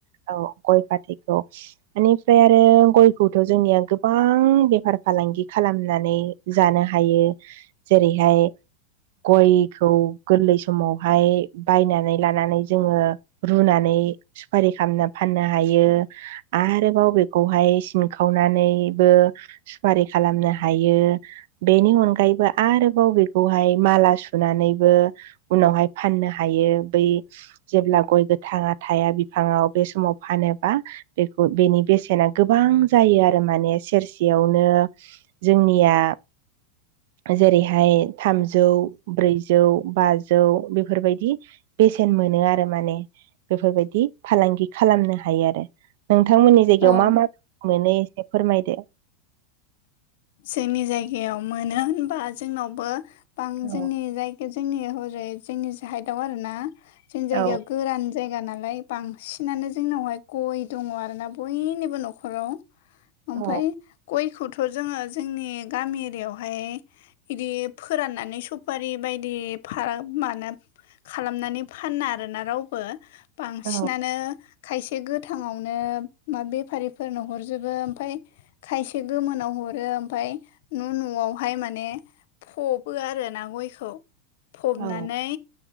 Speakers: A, on the right; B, on the left.
A: औ गय फाथैखौ। बेनिफ्राय आरो गयखौथ' जोंनिया गोबां बेफार-फालांगि खालामनो नानै जानो हायो जेरैहाय गयखौ गोरलै समावहाय बायनानै लानानै जोङो रुनानै सुफारि खालामनो फाननो हायो। आरोबाव बेखौहाय सिनखावनानैबो सुपारि खालामनो हा हायो बेनि अनगायैबो आरोबाव बेखौहाय माला सुनानैबो उनावहाय फाननो हायो बै जेब्ला गय गोथाङा थाया बिफाङाव बे समाव फानोबा बेखौ बेनि बेसेना गोबां जायो आरो माने सेरसेयावनो जोंनिया जेरैहाय थामजौ ब्रैजौ बाजौ बेफोर बायदि बेसेन मोनो आरो माने बेफोर बायदि फालांगि खालामनो हायो आरो। नोंथांमोननि जायगायाव
B: औ
A: मा मा <inaudible> मोनो एसे फोरमायदो।
B: जोंनि जायगायाव मोनो होनबा जोंनावबो बां
A: औ
B: जोंनि जायग जोंनि हरै जोंनि साइदाव आरो ना जोंनि जायगायाव
A: औ
B: गोरान जायगा नालाय बांसिनानो जोंनावहाय गय दङ' आरोना बयनिबो न'खराव। ओमफाय
A: औ
B: गयखौथ' जोङो जोंनि गामि एरियायावहाय बिदि फोराननानै सफारि बायदि फाराग मानो खालामनानै फाना आरोना रावबो बांसिनानो
A: औ
B: खायसे गोथाङावनो मा बेफारिफोरनो हरजोबो ओमफाय खायसे एसे गोमोनाव हरो ओमफकय न'- न'आवहाय माने फबो आरो ना गयखौ फबनानै
A: औ